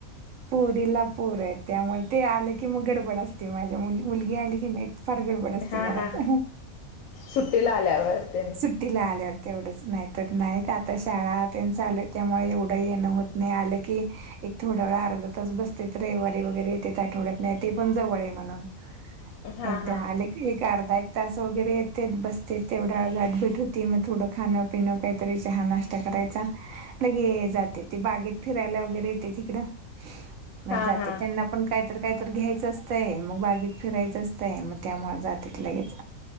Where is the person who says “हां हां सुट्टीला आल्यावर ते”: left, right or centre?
Left